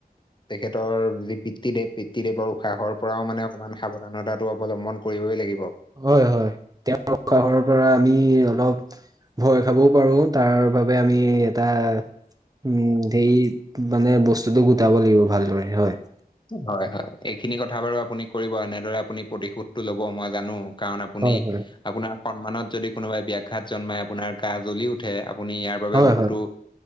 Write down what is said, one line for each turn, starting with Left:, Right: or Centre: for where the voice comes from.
Left: তেখেতৰ যি পিতৃ, দেৱ পিতৃ-দেৱৰ উশাহৰ পৰাও মানে, অকমান সাৱধানতাটো অৱলম্বন কৰিবই লাগিব।
Right: হয়, হয়, তেওঁ কাষৰ পৰা, আমি অলপ ভয় খাবও পাৰো, তাৰ বাবে আমি এটা, উম, হেৰি মানে বস্তুটো গোটাব লাগিব ভালদৰে হয়।
Left: হয়, হয়, এইখিনি কথা বাৰু আপুনি কৰিব, এনেদৰে আপুনি প্ৰতিশোধ টো ল'ব মই জানো। কাৰণ, আপুনি
Right: হয় হয়
Left: আপোনাৰ সন্মানত যদি কোনোবাই ব্যাঘাত জন্মাই, আপোনাৰ গা, জ্বলি উঠে আপুনি ইয়াৰ বাবে
Right: হয়
Left: বহুতো,
Right: হয়